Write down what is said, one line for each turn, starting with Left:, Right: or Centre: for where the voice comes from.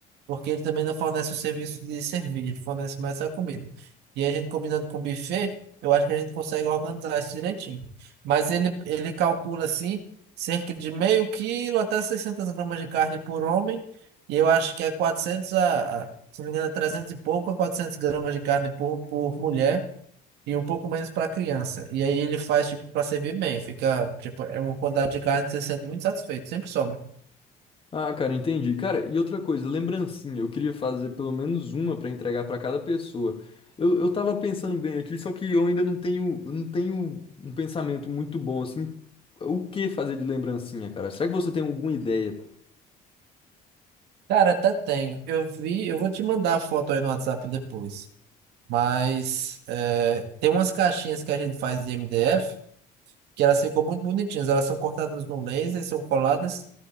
Right: porque ele também não fornece o serviço de servir, ele fornece mais a comida. E a gente combinando com o buffet, eu acho que a gente consegue organizar isso direitinho. Mas ele, ele calcula assim, cerca de meio quilo até 600 gramas de carne por homem, e eu acho que é 400 a, a- se não me engano, é 300 e pouco a 400 gramas de carne por, por mulher. E um pouco menos para criança. E aí ele faz, tipo, para servir bem. Fica, tipo, é uma quantidade de carne que você se sente muito satisfeito. Sempre sobra.
Left: Ah, cara, entendi. Cara, e outra coisa, lembrancinha. Eu queria fazer pelo menos uma pra entregar pra cada pessoa. Eu, eu tava pensando bem aqui, só que eu ainda não tenho, não tenho um pensamento muito bom assim. O que fazer de lembrancinha, cara? Será que você tem alguma ideia?
Right: Cara, até tenho. Eu vi, eu vou te mandar a foto aí no WhatsApp depois. Mas é, tem umas caixinhas que a gente faz de MDF que elas ficam muito bonitinhas. Elas são cortadas no laser, são coladas